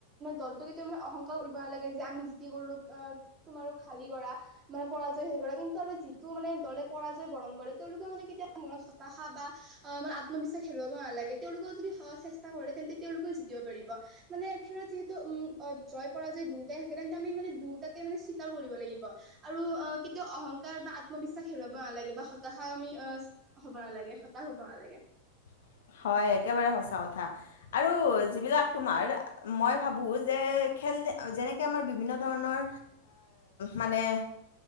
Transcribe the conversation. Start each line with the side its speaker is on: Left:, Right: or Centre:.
Right: দলটোক এতিয়া মা শংকা কৰিব নালাগে যে আমি যি কৰলো অ তুমাৰো খালি কৰা মানে পৰাজয় হৈ গলা আৰু যিটো মানে দলে পৰাজয় বৰণ কৰে তেওঁলোকে মানে কেতিয়া মনত হতাশা বা অ মানে আত্মবিশ্বাস মোৰো ভাল লাগে, তেওঁলোকৰ যদি সাহ চেষ্টা কৰে, তেওঁলোকে-তেওলোকে জিকিব পাৰিব, মানে একচলি উম, আহ জয় পৰা জয় দুয়টাই থাকে তেন্তে আমি মানে দুটাকে মানে স্বীকাৰ কৰিব লাগিব আৰু আহ কেতিয়া অহং। বা আত্মবিশ্বাস হেৰুৱাব নালাগে বা হতাশ আমি হ'ব নালাগে, হতাশ হ'ব নালাগে।
Left: <inaudible> হয় একেবাৰে সঁচা কথা, আৰু যিবিলাক তোমাৰ মই ভাবো যে খেল যেনেকে আমাৰ বিভিন্ন ধৰণৰ মানে